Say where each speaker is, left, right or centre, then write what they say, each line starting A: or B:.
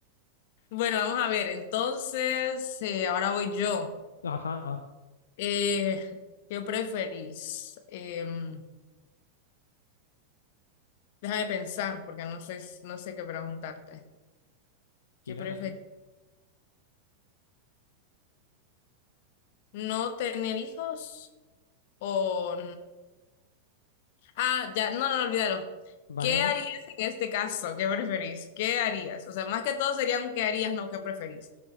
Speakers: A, on the left (about 50°); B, on the left (about 65°).
A: Bueno, vamos a ver, entonces, eh, ahora voy yo.
B: Ajá, ah,
A: Eh, ¿qué preferís? Em, Deja de pensar, porque no sé no sé qué preguntarte.
B: tranquila,
A: ¿Qué prefieres?
B: tranquila.
A: ¿No tener hijos o, Ah, ya, no, no, olvídalo.
B: Vale,
A: ¿Qué
B: vale,
A: harías en este caso? ¿Qué preferís? ¿Qué harías? O sea, más que todo sería un qué harías, no qué preferís.